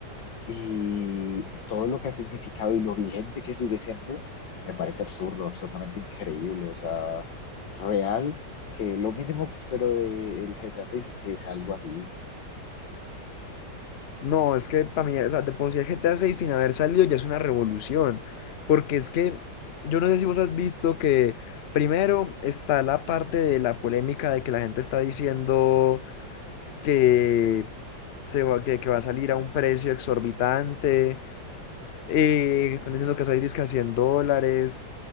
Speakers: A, on the left; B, on the left.
A: Y todo lo que ha significado y lo vigente que sigue siendo, me parece absurdo, absolutamente increíble. O sea, real, que lo mínimo que espero del GTA seis es que sea algo así.
B: No, es que para mí, o sea, de por sí el G T A 6 sin haber salido ya es una revolución, porque es que yo no sé si vos has visto que primero está la parte de la polémica de que la gente está diciendo que, se va, que, que va a salir a un precio exorbitante, eh, están diciendo que esa disque a 100 dólares.